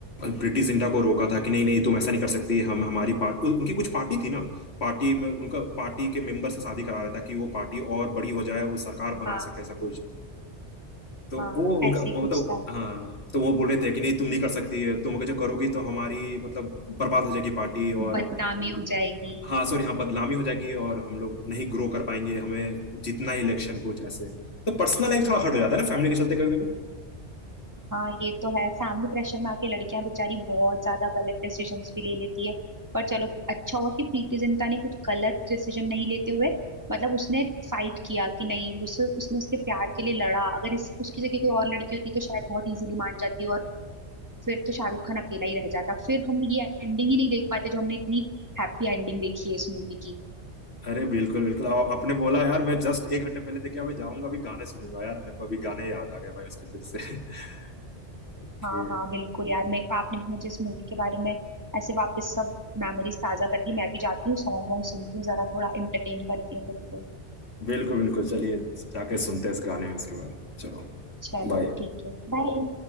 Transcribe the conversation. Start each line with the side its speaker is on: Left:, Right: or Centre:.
Left: प्रीति जिंटा को रोका था कि नहीं नहीं तुम ऐसा नहीं कर सकती हम हमारी पार्ट उ- उनकी कुछ पार्टी थी ना पार्टी में उनका पार्टी के मेंबर से शादी करा रहा था कि वो पार्टी और बड़ी हो जाए वो सरकार बना
Right: हाँ
Left: सके ऐसा कुछ तो
Right: हाँ
Left: वो उनका
Right: ऐसे
Left: वो
Right: ही कुछ
Left: मतलब
Right: था
Left: हाँ तो वो बोल रहे थे कि नहीं तुम नहीं कर सकती तुम अगर जो करोगी तो हमारी मतलब बर्बाद हो जाएगी पार्टी और
Right: बदनामी हो जाएगी
Left: हाँ सॉरी हाँ बदनामी हो जाएगी और हम लोग नहीं ग्रो कर पाएंगे हमें जितना ही इलेक्शन कुछ ऐसे तो पर्सनल लाइफ थोड़ा हर्ट हो जाता है ना फैमिली के चलते कभी कभी
Right: हाँ ये तो है फैमिली प्रेशर में आके लड़कियां बेचारी बहुत ज्यादा गलत डिसीजन भी ले लेती है पर चलो अच्छा हुआ कि प्रीति जिंटा ने कुछ गलत डिसीजन नहीं लेते हुए मतलब उसने फाइट किया कि नहीं उसे उसने उसके प्यार के लिए लड़ा अगर इस उसकी जगह कोई और लड़की होती तो शायद बहुत इजीली मान जाती फिर तो शाहरुख खान अकेला ही रह जाता फिर हम ये एंडिंग ही नहीं देख पाते जो हमने इतनी हैप्पी एंडिंग देखी है इस मूवी की
Left: अरे बिल्कुल बिल्कुल आप आपने बोला यार मैं जस्ट एक घंटे पहले देखा मैं जाऊंगा अभी गाने सुनूंगा यार मेरे को अभी गाने याद आ गए भाई उसके फिर से <laughs> कि
Right: हाँ हाँ बिल्कुल यार मैं आपने मुझे इस मूवी के बारे में ऐसे वापस सब मेमोरीज ताजा कर दी मैं भी जाती हूँ सॉन्ग वॉन्ग सुनती हूँ जरा थोड़ा एंटरटेन करती हूँ खुद को
Left: बिल्कुल बिल्कुल चलिए जाके सुनते हैं इस गाने में उसके बाद चलो
Right: चलो
Left: बाय
Right: ठीक है बाय